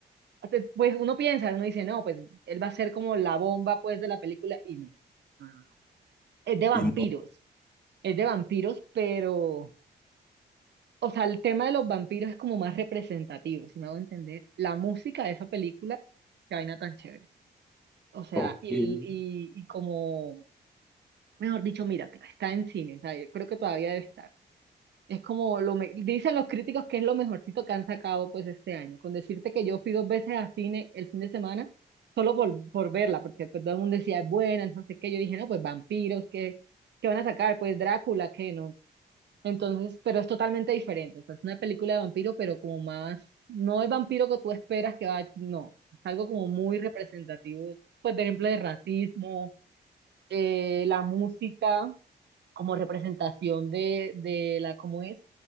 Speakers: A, on the right (about 70°); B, in the centre.
A: hace- pues uno piensa, uno dice, no, pues él va a ser como la bomba, pues, de la película, y no. No, no, no. Es de vampiros,
B: Y no.
A: es de vampiros, pero, o sea, el tema de los vampiros es como más representativo, si me hago entender. La música de esa película, qué vaina tan chévere. O sea,
B: Ok.
A: y,
B: sí.
A: y, y como, mejor dicho, míratela, está en cine, o sea, yo creo que todavía debe estar. Es como lo me- dicen los críticos que es lo mejorcito que han sacado pues este año. Con decirte que yo fui dos veces al cine el fin de semana solo por, por verla, porque pues, todo el mundo decía es buena, no sé qué. Yo dije, no, pues vampiros, ¿qué, qué van a sacar? Pues Drácula, ¿qué no? Entonces, pero es totalmente diferente. O sea, es una película de vampiro, pero como más, no el vampiro que tú esperas que va, no. Es algo como muy representativo, pues, por ejemplo, de racismo, eh, la música como representación de, de la, ¿cómo es?